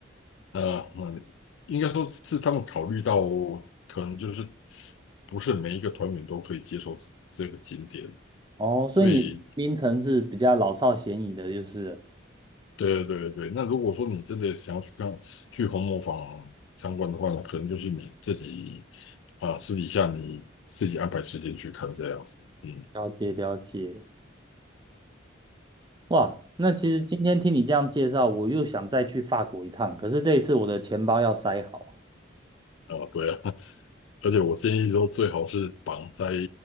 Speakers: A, on the left; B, on the right.
A: 呃，嗯，应该说是他们考虑到，可能就是不是每一个团员都可以接受这个景点，
B: 哦，所以你的槟城是比较老少咸宜的，
A: 所以
B: 就是了
A: 对对对，那如果说你真的想要去看去红磨坊参观的话，呢，可能就是你自己啊、私底下你自己安排时间去看这样子。嗯，
B: 了解了解。哇，那其实今天听你这样介绍，我又想再去法国一趟，可是这一次我的钱包要塞好。
A: 啊，对啊，<laughs> 而且我建议说最好是绑在